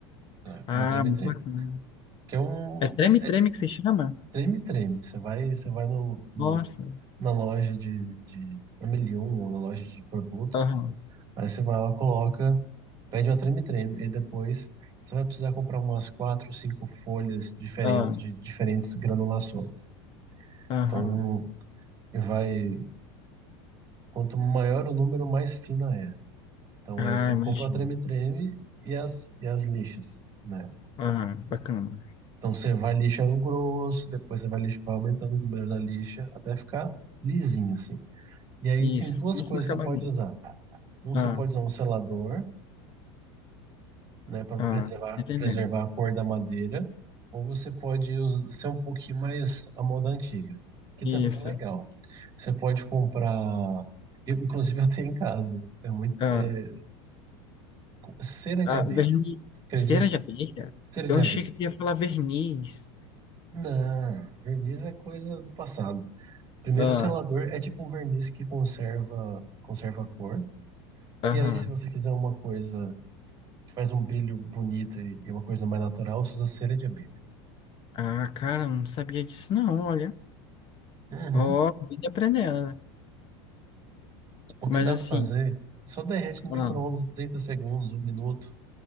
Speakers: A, on the right; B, on the left.
A: tá?
B: Ah,
A: Uma treme-treme,
B: muito bacana.
A: que é um,
B: É treme-treme
A: é de
B: que se chama?
A: treme-treme. Você vai, você vai no, no,
B: Nossa.
A: na loja de, de Amelion, ou na loja de produtos,
B: Aham,
A: Aí você vai lá, coloca, pede uma treme-treme. Aí depois você vai precisar comprar umas quatro, cinco folhas diferentes
B: aham,
A: de diferentes granulações.
B: aham.
A: Então vai, quanto maior o número, mais fina é. Então
B: Ah,
A: aí você
B: imagina.
A: compra a treme-treme e as, e as lixas, né?
B: Ah, bacana.
A: Então você vai lixando grosso, depois você vai, lix- vai aumentando o número da lixa até ficar lisinho assim. E aí
B: Isso,
A: tem duas
B: isso
A: coisas
B: no acabamento.
A: que você pode usar. Um, você
B: Ah,
A: pode usar um selador né, para
B: ah,
A: preservar,
B: entendendo.
A: preservar a cor da madeira, ou você pode us- ser um pouquinho mais a moda antiga, que também
B: Isso.
A: é legal. Você pode comprar, eu, inclusive eu tenho em casa, é muito,
B: Ah,
A: é, cera
B: ah,
A: de abelha,
B: verniz.
A: Você acredita?
B: Cera de abelha?
A: Cera
B: Eu
A: de
B: achei
A: abelha.
B: que ia falar verniz.
A: Não, verniz é coisa do passado. Primeiro,
B: Ah,
A: o selador é tipo um verniz que conserva, conserva a cor.
B: aham.
A: E aí, se você quiser uma coisa que faz um brilho bonito e e uma coisa mais natural, você usa cera de abelha.
B: Ah, cara, eu não sabia disso não, olha.
A: Uhum.
B: Ó, vim aprendendo. né?
A: O que
B: Mas
A: dá
B: assim,
A: pra fazer? Só derrete no micro-ondas
B: ah,
A: 30 segundos, um minuto.